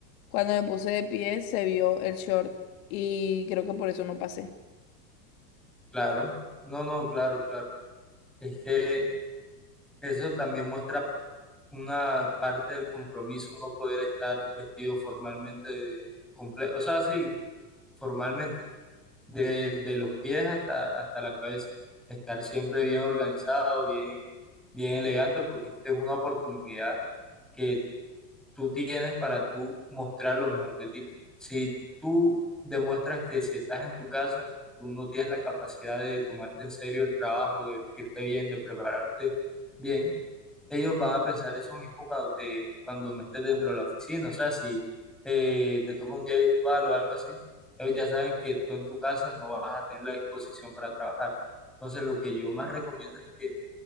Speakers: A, on the left (about 55°); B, in the centre.
A: Cuando me puse de pie se vio el short y creo que por eso no pasé.
B: claro, no, no, claro, claro. Es que Eso también muestra una parte del compromiso, uno poder estar vestido formalmente, de comple- o sea, sí, formalmente, de, de los pies hasta, hasta la cabeza, estar siempre bien organizado, bien, bien elegante, porque es que es una oportunidad que tú tienes para tú mostrar lo mejor de ti. Si tú demuestras que si estás en tu casa, tú no tienes la capacidad de tomarte en serio el trabajo, de vestirte bien, de prepararte bien ellos van a pensar eso mismo cuando te, cuando no estés dentro de la oficina. O sea, si eh, te toca un día virtual o algo así, ellos ya saben que tú en tu casa no vas a tener la disposición para trabajar. Entonces, lo que yo más recomiendo es que